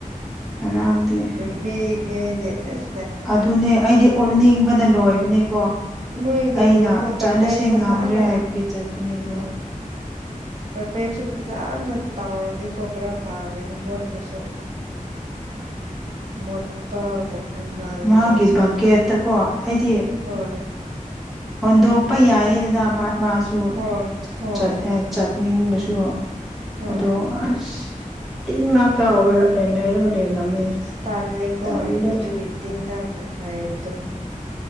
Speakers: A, in the centre; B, on the right.
A: ꯉꯔꯥꯡꯗꯤ
B: ꯒꯦꯗ ꯑꯥꯏ
A: ꯑꯗꯨꯅꯦ ꯑꯩꯗꯤ ꯑꯣꯠꯅꯤꯡꯕꯅ ꯂꯣꯏꯕꯅꯦꯀꯣ
B: ꯃꯣꯏꯒꯤ
A: ꯑꯩꯅ
B: ꯔꯨꯝꯗꯣ
A: ꯆꯠꯂꯁꯦ
B: ꯀꯥꯔꯄꯦꯠ ꯐꯖꯅ
A: ꯉꯥꯝꯗ꯭ꯔꯦ ꯍꯥꯏꯕꯒꯤ ꯆꯠꯄꯅꯦ ꯑꯗꯣ
B: ꯎꯝ ꯄꯔꯄꯦꯠꯁꯨ ꯐꯖꯅ ꯇꯥꯎꯔꯗꯤꯀꯣ ꯈꯔ ꯐꯒꯅꯤ ꯃꯣꯠꯂꯁꯨ ꯃꯗ ꯇꯒ ꯃꯥꯥ ꯂꯩ
A: ꯃꯥꯒꯤ
B: ꯃꯁ
A: ꯕꯛꯀꯦꯠꯇꯀꯣ ꯍꯥꯏꯗꯤ
B: ꯍꯣꯏ
A: ꯍꯣꯟꯗꯣꯛꯄ ꯌꯥꯏꯌꯦꯗꯅ ꯃꯥꯁꯨ
B: ꯍꯣꯏ ꯍꯣꯏ
A: ꯆꯠꯂꯦ ꯆꯠꯅꯤꯡꯕꯁꯨ
B: ꯍꯣꯏ
A: ꯑꯗꯣ ꯑꯁ ꯇꯤꯟ ꯉꯥꯛꯇꯔ ꯏꯔꯒ ꯂꯩꯔꯝꯃꯦ
B: ꯁꯜ ꯂꯩ ꯀꯣ
A: ꯇꯜꯂꯦ
B: ꯑꯗꯨꯤꯇ ꯅ ꯍꯥꯏꯔꯗꯨ